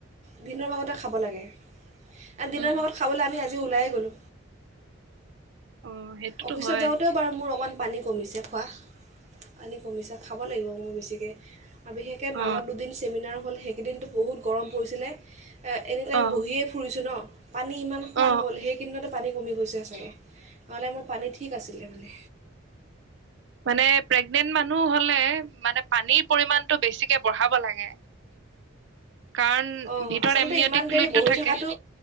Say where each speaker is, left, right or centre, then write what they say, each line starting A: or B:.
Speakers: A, on the right (about 35°); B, on the right (about 60°).
A: বিভিন্ন ভাগতে খাব লাগে আ দিনৰ
B: উম।
A: ভাগত খাবলে আমি আজি আমি ওলাই গ'লো।
B: অ সেইটোতো
A: অফিচত
B: হয়
A: যাওঁতেও বাৰু মোৰ অকমান পানী কমিছে খোৱা পানী কমিছে খাব লাগিব মই বেছিকে । আৰু বিশেষকৈ
B: অ
A: মাজত দুদিন চেমিনাৰ হ'ল সেইকেইদিনটো বহুত গৰম পৰিছিলে এনিটাইম
B: অ
A: বহিয়ে ফুৰিছোঁ ন পানী ইমান খোৱা
B: অ
A: নহ'ল সেই কেইদিনতে পানী কমি গৈছে চাগে নহ'লে মোৰ পানী ঠিক আছিলে মানে
B: মানে প্ৰেগনেণ্ট মানুহ হলে মানে পানীৰ পৰিমাণ টো বেছিকে বঢ়াব লাগে। কাৰণ
A: অঁ
B: ভিতৰত
A: আচলতে
B: এমনিয়টিক
A: ইমান
B: ফ্লুইডটো
A: দেৰি বহি
B: থাকে
A: থকা